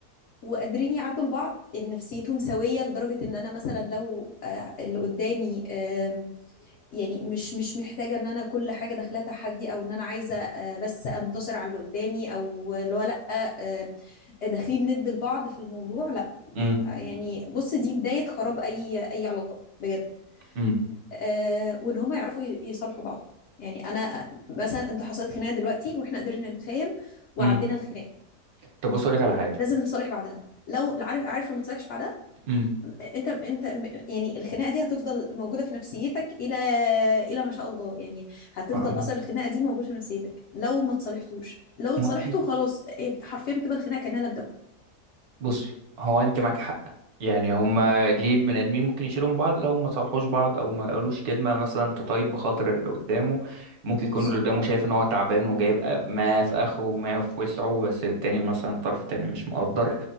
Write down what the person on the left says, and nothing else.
وقادرين يعدوا لبعض ان نفسيتهم سويه لدرجه ان انا مثلا لو آه، اللي قدامي آم، يعني مش مش محتاجه ان انا كل حاجه داخلها تحدي او ان انا عايزه آه، بس انتصر على اللي قدامي او اللي هو لا آه، داخلين ند لبعض في الموضوع لا
آه، يعني بص دي بدايه خراب اي اي علاقه بجد
آه، وان هم يعرفوا ي- يصالحوا بعض يعني انا مثلا انت حصلت خناقه دلوقتي واحنا قدرنا نتفاهم وعدينا
الخناقه
لازم نتصالح بعدها لو عارف عارف لو ما تصالحش بعدها
انت انت يعني الخناقه دي هتفضل موجوده في نفسيتك الى الى ما شاء الله يعني هتفضل
اثر الخناقه دي موجود في نفسيتك لو ما تصالحتوش لو اتصالحتوا
خلاص إيه، حرفيا بتبقى الخناقه كانها لم تكن
بالظبط